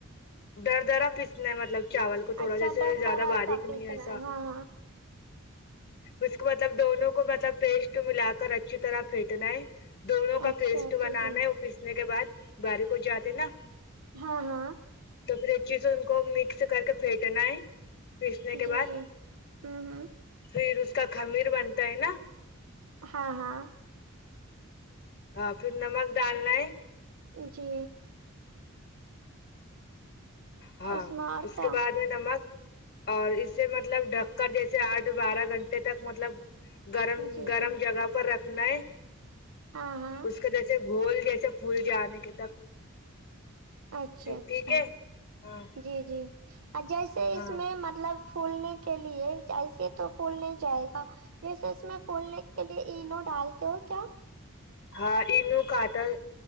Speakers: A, on the left; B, on the right.
A: دردرا پیسنا ہے مطلب چاول
B: ہے
A: کو تھوڑا
B: اچھا
A: جیسے
B: در
A: زیادہ
B: درا
A: باریک
B: سا پیسنا
A: نہیں ایسا
B: ہے ہاں ہاں
A: اس کو مطلب دونوں کو مطلب پیسٹ ملا کر اچھی طرح پھینٹنا ہے دونوں کا
B: اچھا
A: پیسٹ بنانے
B: جی جی
A: وہ پیسنے کے بعد باریک ہو جاتے نا
B: ہاں ہاں
A: تو پھر ا چی سے ان کو مکس کر کے پھینٹنا ہے پیسنے کے
B: جی
A: بعد
B: جی ہوں ہوں
A: پھر اس کا خمیر بنتا ہے نا
B: ہاں ہاں
A: اور پھر نمک ڈالنا ہے
B: جی
A: ہاں
B: میں اور
A: اس
B: کیا
A: کے بعد وی نمک اور اسے مطلب ڈھک کر جیسے آٹھ بارہ گھنٹے تک مطلب گرم
B: جی
A: گرم
B: جی
A: جگہ پر رکھنا ہے
B: ہاں ہاں
A: اس کے جیسے گھول جیسے پھول جانے کے تک
B: اچھا
A: ٹھیک
B: اچھا
A: ہے ہاں
B: جی جی جیسے اس
A: ہاں
B: میں مطلب پھولنے کے لیے ایسے تو پھول نہیں جائے گا جیسے اس میں پھولنے کے لیے اینو ڈالتے ہو کیا
A: ہاں انوں کاٹل